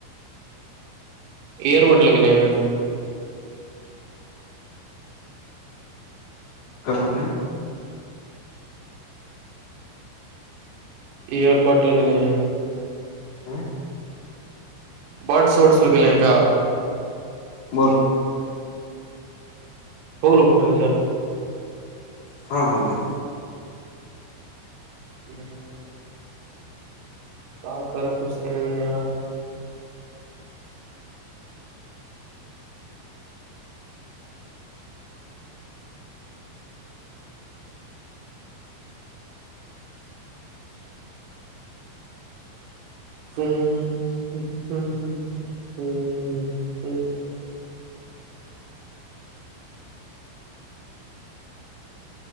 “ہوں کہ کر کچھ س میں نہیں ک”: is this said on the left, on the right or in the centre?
Right